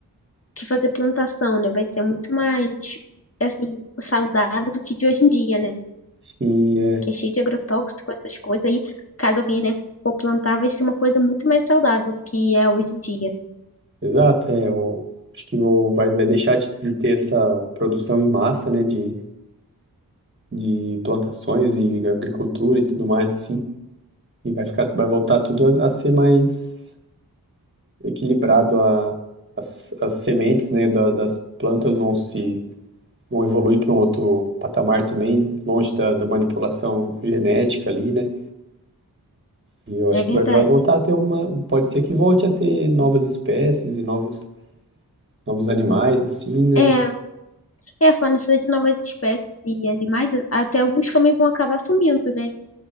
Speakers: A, on the left; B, on the right.
A: que fazer plantação, né? Vai ser muito mais, assim, saudável do que de hoje em dia, né?
B: Sim, é.
A: Que é cheio de agrotóxico, essas coisas aí. Caso alguém, né, for plantar, vai ser uma coisa muito mais saudável do que é hoje em dia.
B: Exato, é. O, acho que o, vai, vai deixar de de ter essa produção em massa, né? De de plantações e agricultura e tudo mais assim, e vai ficar, vai voltar tudo a, a ser mais equilibrado, a, as, as sementes, né, da- das plantas vão se vão evoluir para um outro patamar também, longe da, da manipulação genética ali, né? E eu
A: É
B: acho
A: verdade.
B: que vai, vai voltar a ter alguma, pode ser que volte a ter novas espécies e novos novos animais assim, né?
A: É, é, falando isso de novas espécies e animais, até alguns também vão acabar sumindo, né?